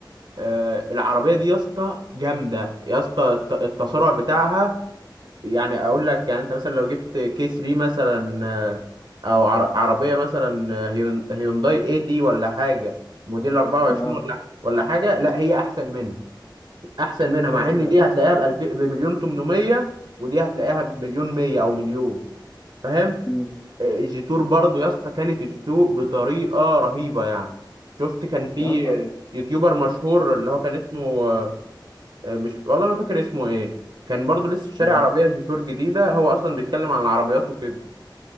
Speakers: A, on the right; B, on the left.
A: آه، العربيه دي يا اسطى جامده يا اسطى الت- التسارع بتاعها يعني اقول لك يعني انت مثلا لو جبت كي 3 مثلا آه، او عر- عربيه مثلا آه، هيون- هيونداي اي دي ولا حاجه موديل 24
B: اه
A: ولا ولا حاجه لا هي احسن منها احسن منها مع
B: كده
A: ان
B: كده
A: دي هتلاقيها بألف- بمليون 800 ودي هتلاقيها
B: يا اسطى.
A: بمليون 100 او مليون فاهم
B: مم.
A: جيتور برضو يا اسطى كلت السوق بطريقه رهيبه يعني شفت كان في
B: يا اسطى
A: يوتيوبر مشهور اللي هو كان اسمه آه، مش والله ما فاكر اسمه ايه كان برضو لسه شاري
B: اه
A: عربيه جيتور جديده هو اصلا بيتكلم عن العربيات وكده